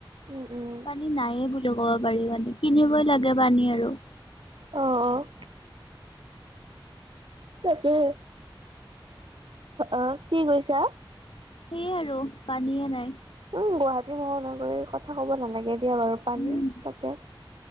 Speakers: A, on the right; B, on the left.
A: উম উম
B: পানী নাইে ক'ব পাৰি মানে কিনিবই লাগে পানী আৰু
A: অ অ তাকে। অ, কি কৈছা।
B: সেইয়ে আৰু পানীয়ে নাই।
A: উম, গুৱাহাটী মহ নগৰ কথা ক'ব নালাগে। এয়া বাৰু পানী
B: উম।
A: তাতে।